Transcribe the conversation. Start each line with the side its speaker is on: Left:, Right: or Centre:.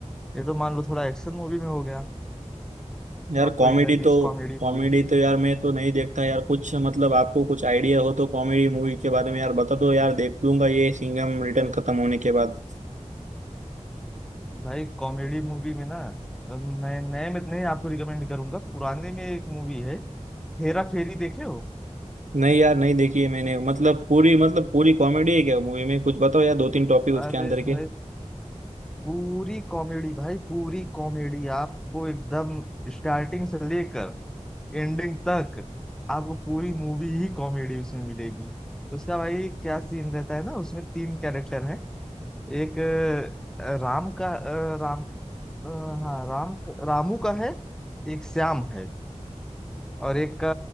Centre: ये तो मान लो थोड़ा एक्शन मूवी में हो गया
Right: यार
Centre: और
Right: कॉमेडी
Centre: कोई दरवीश
Right: तो
Centre: कॉमेडी
Right: कॉमेडी
Centre: मूवी
Right: तो यार मैं तो नहीं देखता यार कुछ मतलब आपको कुछ आइडिया हो तो कॉमेडी मूवी के बारे में यार बता दो यार देख लूंगा ये सिंघम रिटर्न खत्म होने के बाद
Centre: भाई कॉमेडी मूवी में ना अ, मैं नए में नहीं आपको रिकमेंड करूंगा पुराने में एक मूवी है हेरा फेरी देखे हो
Right: नहीं यार नहीं देखी है मैंने मतलब पूरी मतलब पूरी कॉमेडी है क्या मूवी में कुछ बताओ यार दो तीन टॉपिक उसके
Centre: अरे
Right: अंदर
Centre: भाई
Right: के
Centre: पूरी कॉमेडी भाई पूरी कॉमेडी आपको एकदम स्टार्टिंग से लेकर एंडिंग तक आपको पूरी मूवी ही कॉमेडी उसमें मिलेगी उसका भाई क्या सीन रहता है ना उसमें तीन कैरेक्टर हैं एक अ, राम का अ, राम अ, हाँ राम रामू का है एक श्याम है और एक का